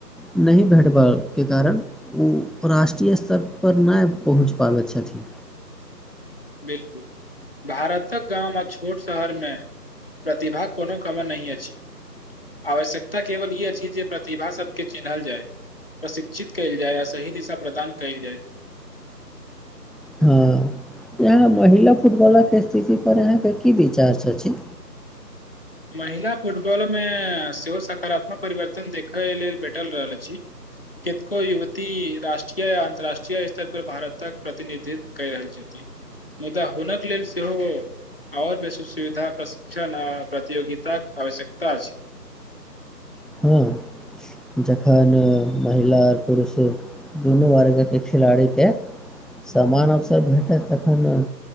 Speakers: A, in the centre; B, on the left.
A: नहि भेटबा के कारण ऊ राष्ट्रीय स्तर पर नय पहुँच पाबैत छथिन
B: बिलकुल भारत क गांम आ छोट शहर में प्रतिभाक कोनो कम नय अछि आवश्यकता केवल ई अछि जे प्रतिभा सबके चिन्हल जाय प्रशिक्षित कयल जाय आ सही दिशा प्रदान कयल जाय
A: हँ यहाँ महिला फुटबॉलर के स्थिति पर अहाँके की विचार छ‌छी
B: महिला फुटबॉल मे सेहो सकारात्मक परिवर्तन देखय लेल भेटल रहल अछि कतेको युवती राष्ट्रीय य अन्तर्राष्ट्रीय स्तर परर भारतक प्रतिनिधित्व कै रहल छथिन मुदा हुनक लेल सेहो आओर बेसी सुविधा प्रशिक्षण आ प्रतियोगिता क आवश्यकता अछि
A: हूं जखन महिला आर पुरुष दुनू वर्ग के खिलाड़ी के समान अवसर भेटत तखन।